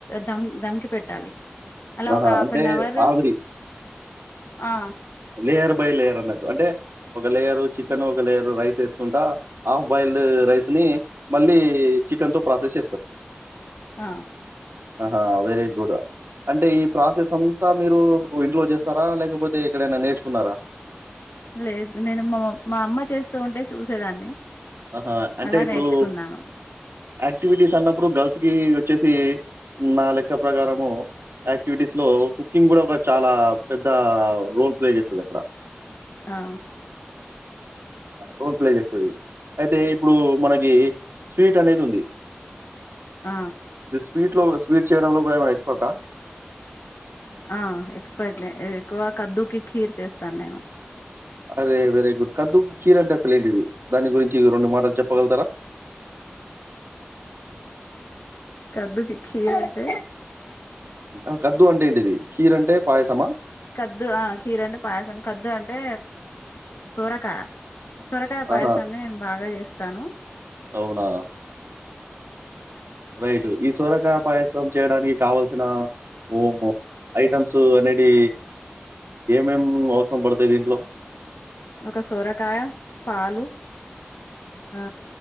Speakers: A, on the left; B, on the right.
A: దమ్ దమ్కికి పెట్టాలి అలా
B: ఆహా!
A: ఒక హాఫ్
B: అంటే
A: అన్ అవర్
B: ఆవిరి.
A: ఆ
B: లేయర్ బై లేయర్ అన్నట్టు అంటే ఒక లేయరు చికెన్ ఒక లేయరు రైస్ వేసుకుంటా హాఫ్ బాయిల్డ్ రైస్ ని మళ్ళీ చికన్ తో ప్రాసస్
A: ఆ
B: ఆహా వెరీ గుడ్ అంటే ఈ ప్రాసెస్ అంతా మీరు ఇంట్లో చేస్తారా లేకపోతే ఎక్కడైనా నేర్చుకున్నారా
A: లేదు నేను మా మా అమ్మ చేస్తూ ఉంటే చూసేదాన్ని
B: ఆహా అంటే
A: అలా
B: ఇప్పుడు
A: నేర్చుకున్నాను
B: యాక్టివిటీస్ అన్నప్పుడు బయటికి వచ్చేసి నాలెక్క ప్రకారము యాక్టివిటీస్ లో కుకింగ్ కూడా ఒక చాలా పెద్ద రోల్ ప్లే చేస్తుంది అక్కడ
A: ఆ
B: రోల్ ప్లే చేస్తది అయితే ఇప్పుడు మనకి స్వీట్ అనేది ఉంది
A: ఆ
B: స్వీట్ లో స్వీట్ చేయడంలో కూడా ఏమన్న ఎక్స్పర్టా
A: ఆ ఎక్స్పర్ట్ ఎక్కువ కద్దుకి ఖీర్ చేస్తాను నేను
B: అరే వెరీ గుడ్ కద్దుకి చీర అంటే అసలు ఏంటిది దాని గురించి రెండు మాటలు చెప్పగలుగుతారా అ
A: కద్దుకి ఫీవర్ ఉట్టే
B: ఆ కద్దు అంటే ఏంటిది ఖీర్ అంటే పాయసమా
A: కద్దు ఆ కీర అంటే పాయసం కద్దు అంటే సోరకా సొరకాయ పాయసాన్ని
B: ఆహా
A: నేను బాగా చేస్తాను
B: అవునా రైట్ ఈ సోరకాయ పాయసం చేయడానికి కావల్సిన ఓ ఐటమ్స్ సు అనేది ఏమేం అవసరం పడతాయి దీంట్లో
A: ఒక సొరకాయ పాలు ఆ